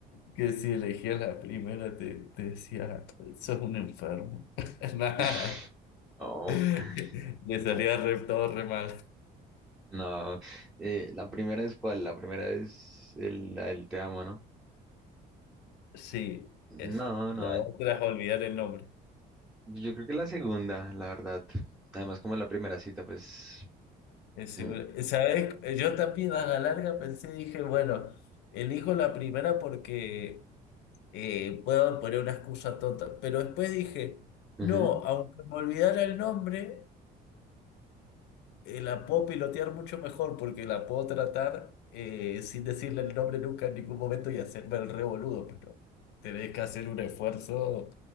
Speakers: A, on the left (about 85°); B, in the centre.
A: que, que si elegías la primera te, te decía, sos un enfermo. <laughs> Nah.
B: <laughs> no,
A: <laughs> Le salía
B: no.
A: re, todo re mal.
B: no. Eh, la primera es cuál, la primera es el, la del te amo, ¿no?
A: Sí,
B: No,
A: esa. La
B: no,
A: otra es olvidar el nombre.
B: yo creo que la segunda, la verdad. Además, como en la primera cita, pues.
A: Es seguro-
B: mm,
A: ¿Sabes? Yo también a la larga pensé, dije, bueno, elijo la primera porque eh, puedo poner una excusa tonta. Pero después dije,
B: ujú.
A: no, aunque me olvidara el nombre, eh, la puedo pilotear mucho mejor porque la puedo tratar eh, sin decirle el nombre nunca en ningún momento y hacerme el re boludo, pero tenés que hacer un esfuerzo